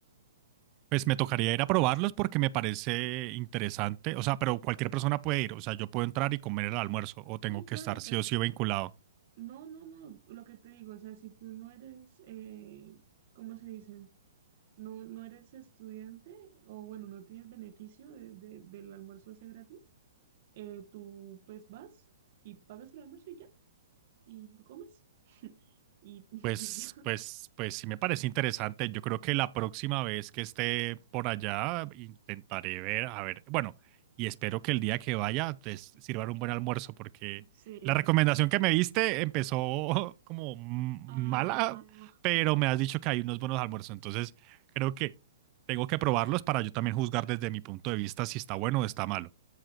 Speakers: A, on the right; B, on the right.
A: Pues me tocaría ir a probarlos porque me parece interesante, o sea, pero cualquier persona puede ir, o sea, yo puedo entrar y comer el almuerzo, o tengo
B: Sí,
A: que
B: claro,
A: estar sí
B: pues
A: o sí vinculado.
B: no, no, no, lo que te digo, o sea, si tú no eres, eh, ¿cómo se dice? No, no eres estudiante o bueno, no tienes beneficio de, de- del almuerzo ese gratis, eh, tú pues vas y pagas el almuerzo y ya, y tú comes y, <laughs>
A: Pues,
B: y ya.
A: pues, pues sí me parece interesante. Yo creo que la próxima vez que esté por allá intentaré ver, a ver, bueno, y espero que el día que vaya te sirvan un buen almuerzo porque
B: Sí.
A: la recomendación que me diste empezó <laughs> como m-
B: Ah,
A: mala, pero me has dicho que hay unos buenos almuerzos, entonces creo que tengo que probarlos para yo también juzgar desde mi punto de vista si está bueno o está malo.